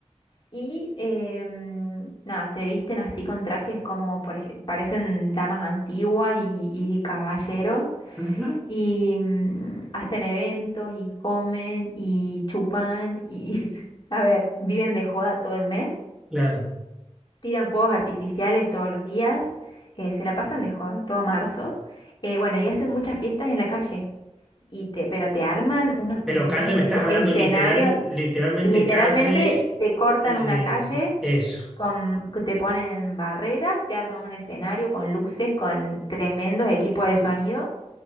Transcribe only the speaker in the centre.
ajá,
claro.
Pero
calle, me
estás hablando
literal, literalmente
calle,
eh,
eso,